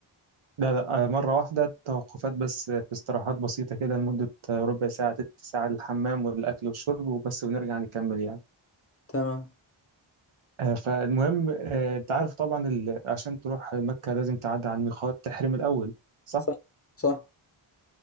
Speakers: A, on the right; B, on the left.
A: لا لا آه، مرة واحدة توقفات بس آه، في استراحات بسيطة كده لمدة آه، ربع ساعة تلت ساعة للحمام والأكل والشرب وبس ونرجع نكمل يعني
B: تمام
A: آه، فالمهم آه، أنت عارف طبعا ال- عشان تروح مكة لازم تعدي على الميقات تحرم الأول صح؟
B: صح صح